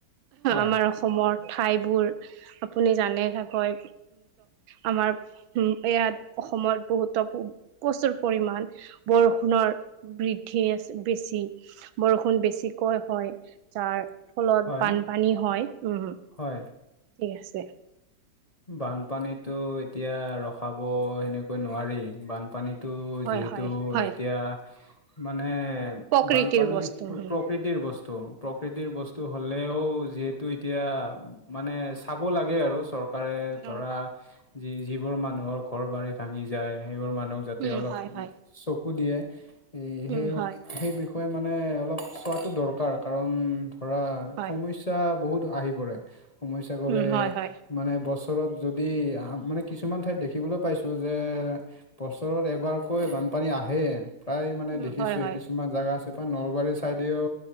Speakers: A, on the left (about 40°); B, on the right (about 85°).
A: হয়
B: আমাৰ। অসমৰ ঠাইবোৰ আপুনি জানে চাকৈ আমাৰ উম ইয়াত অসমত বহুতো প্ৰচুৰ পৰিমান বৰষুণৰ বৃদ্ধি আছে, বেছি বৰষুণ বেছি কৈ হয় যাৰ ফলত
A: হয়
B: বানপানী হয়, উম।
A: হয়।
B: ঠিক আছে।
A: বানপানীতো এতিয়া ৰখাব সেনেকৈ নোৱাৰি। বানপানীত হেতু
B: হয়
A: যিহেতু
B: হয় হয়
A: এতিয়া মানে
B: প্ৰকৃতিৰ
A: বানপানী
B: বস্তু উম
A: প্ৰকৃ তি বস্তু প্ৰকৃতিৰ বস্তু হ'লে তেওঁ যিহেতু এতিয়া মানে চাব লাগে আৰু চৰকাৰে
B: উম
A: ধৰা, যি যিবোৰ মানুহৰ ঘৰ বাৰী ভাঙি যায়, সেইবোৰ মানুহক যাতে
B: উম
A: অলপ
B: হয় হয়
A: চ কু দিয়ে ল, এই সেই
B: উম হয়
A: সেই বিষয়ে মানে অলপ চোৱাটো দৰকাৰ কাৰণ ধৰা
B: হয়
A: সমস্যা বহুত আহি পৰে, সমস্যাবোৰে
B: উম হয় হয়
A: মানে বছৰত যদি মানে কিছুমান ঠাইত দেখিবলৈ পাইছোঁ যে, বছৰত এবাৰকৈ বানপানী আহেই। প্ৰায় মানে
B: উম
A: দেখিছোয়ে,
B: হয় হয়
A: কিছুমান জাগা আছে প্ৰায় নলবাৰী চাইডেও